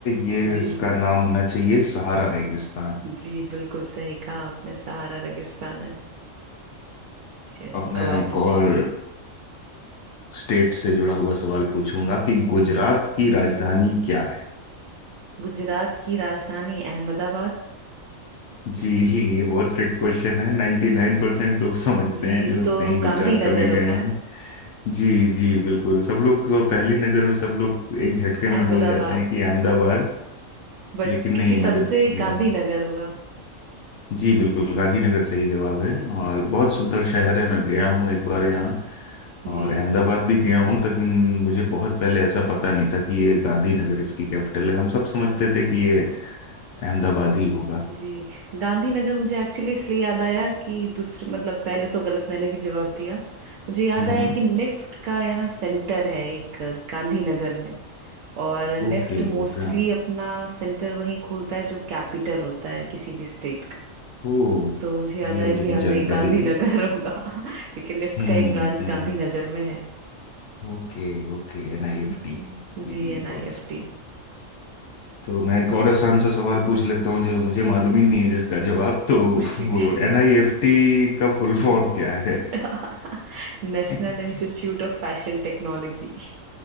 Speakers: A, on the left (about 65°); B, on the right (about 75°).
A: ये
B: जी
A: इसका नाम होना चाहिए सहारा रेगिस्तान
B: जी बिल्कुल सही कहा आपने सहारा रेगिस्तान है चलिए
A: अब मैं
B: अब आप
A: एक
B: पूछिए
A: और स्टेट से जुड़ा हुआ सवाल पूछूंगा कि गुजरात
B: जी
A: की राजधानी क्या है
B: गुजरात की राजधानी अहमदाबाद
A: जी ये बहुत ट्रिक क्वेश्चन है 99% नाइन परसेंट लोग समझते
B: जी
A: हैं जो
B: तो
A: नहीं गुजरात
B: गांधीनगर
A: कभी गए
B: होगा
A: हैं जी जी बिल्कुल सब लोग को पहली नज़र में सब लोग एक झटके में
B: अहमदाबाद
A: बोल जाते हैं कि अहमदाबाद
B: बट
A: लेकिन
B: क्योंकि
A: नहीं
B: सबसे
A: मैं जब हम्म,
B: गांधीनगर होगा
A: जी बिल्कुल गांधीनगर सही जवाब है
B: जी
A: और
B: जी जी
A: बहुत सुंदर शहर है मैं गया हूँ एक बार यहाँ और
B: जी
A: अहमदाबाद भी गया हूँ लेकिन मुझे बहुत पहले ऐसा पता नहीं था कि ये गांधीनगर इसकी कैपिटल है हम सब समझते
B: जी
A: थे कि ये अहमदाबाद ही होगा
B: जी गांधीनगर मुझे एक्चुअली इसलिए याद आया कि दूसरे मतलब पहले तो गलत मैंने भी जवाब दिया मुझे याद
A: हम्म
B: आया
A: हम्म,
B: कि निफ्ट का यहाँ सेंटर है एक गांधीनगर में और निफ्ट
A: ओके
B: मोस्टली
A: ओके हाँ।
B: अपना सेंटर वहीं खोलता है जो कैपिटल होता है किसी भी स्टेट का
A: ओ
B: तो मुझे याद
A: ये
B: आया
A: मुझे
B: कि
A: नहीं
B: हाँ,
A: जानकारी
B: नहीं गांधीनगर
A: थी
B: <laughs> होगा क्योंकि निफ्ट
A: हम्म
B: का एक ब्रांच
A: हम्म
B: गांधीनगर में है
A: okay okay N I F T
B: जी
A: जी
B: जी एन आई
A: बहुत
B: एफ टी
A: तो मैं एक और आसान सा सवाल पूछ लेता हूँ जो मुझे
B: जी
A: मालूम ही नहीं है जिसका जवाब तो
B: पूछ लीजिए
A: वो एनआईएफटी का फुल
B: <laughs>
A: फॉर्म
B: जी
A: क्या है
B: <laughs> National
A: <laughs>
B: Institute of Fashion Technology